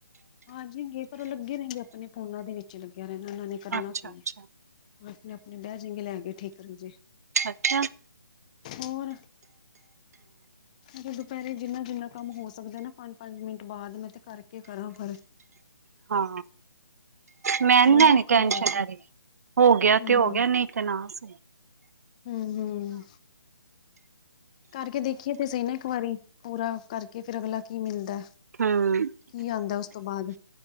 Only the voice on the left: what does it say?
ਆ ਜੇਂਗੇ ਪਰ ਉਹ ਲੱਗੇ ਰਹਿੰਗੇ ਆਪਣੇ ਫੋਨਾਂ ਦੇ ਵਿੱਚ ਲੱਗਿਆ ਰਹਿਣਾ ਉਹਨਾਂ ਨੇ। ਕਰਨਾ
ਕੀ
ਹੈ ਆਪਣੇ ਆਪਣੇ ਬਹਿ ਜਾਏਗੇ ਲੈ ਕੇ ਠੀਕ ਕਰਨ ਜੇ
ਹੋਰ ਮੈਂ ਕਿਹਾ ਦੁਪਹਿਰੇ ਜਿੰਨਾ ਜਿੰਨਾ ਕੰਮ ਹੋ ਸਕਦਾ ਨਾ ਪੰਜ ਪੰਜ ਮਿੰਟ ਬਾਅਦ ਮੈਂ ਤੇ ਕਰਕੇ ਕਰਾਂ ਪਰ
ਬੜਾ
ਔਖਾ
ਹੋਇਆ ਪਿਆ
ਹੂੰ
ਹੂੰ ਹੂੰ ਕਰਕੇ ਦੇਖੀਏ ਤੇ ਸਹੀ ਨਾ ਇੱਕ ਵਾਰੀ ਪੂਰਾ ਕਰਕੇ ਫੇਰ ਅਗਲਾ ਕੀ ਮਿਲਦਾ।
ਕੀ ਆਦਾ ਉਸ ਤੋਂ ਬਾਅਦ